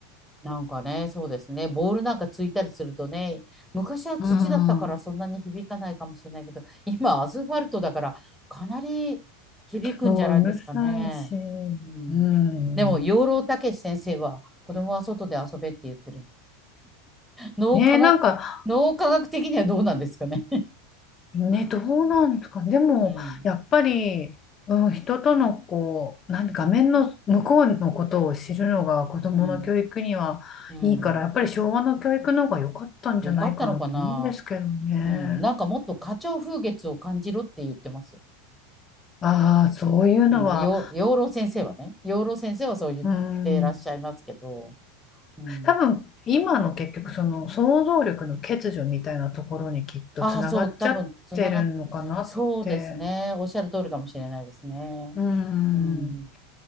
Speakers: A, in the centre; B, on the left.
A: なんかね、そうですね。ボールなんかついたりするとね、昔は土だったからそんなに響かないかもしれないけど、
B: うん。
A: 今アスファルトだからかなり響くんじゃないですかね。
B: うん、うるさいし、
A: うん。
B: うん。
A: でも、養老孟司先生は子供は外で遊べって言ってる。脳科学、
B: ねえ、なんか、
A: 脳科学的にはどうなんですかね。
B: ね、どうなんですかね。でも、
A: うん、
B: やっぱり、うん、人との、こう、なん画面の向こうのことを知るのが子供の教育にはいいから、
A: うん、うん。
B: やっぱり昭和の教育の方が良かったんじゃないかなと思うんですけどね。
A: よかったのかな。うん。なんかもっと花鳥風月を感じろって言ってますよ。
B: ああ、そういうのは、
A: うん、よ、養老先生はね、養老先生はそう言ってらっしゃいますけど、
B: うん、
A: うん。
B: 多分、今の結局、その想像力の欠如みたいなところにきっとつながっちゃってるのかなって。
A: ああ、そう、多分つながっ、そうですね。おっしゃる通りかもしれないですね。
B: うん
A: うん。